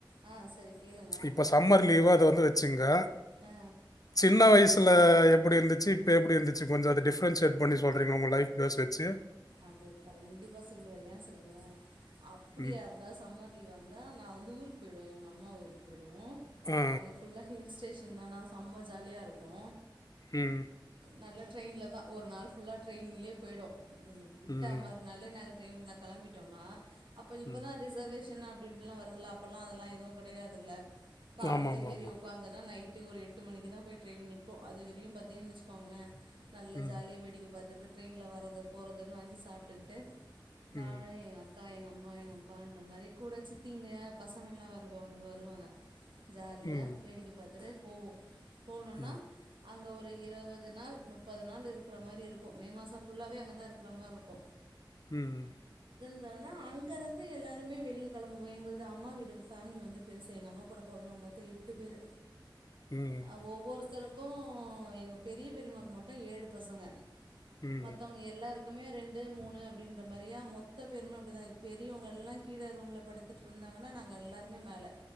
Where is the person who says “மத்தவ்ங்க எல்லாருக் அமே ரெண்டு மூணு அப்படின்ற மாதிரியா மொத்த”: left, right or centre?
Right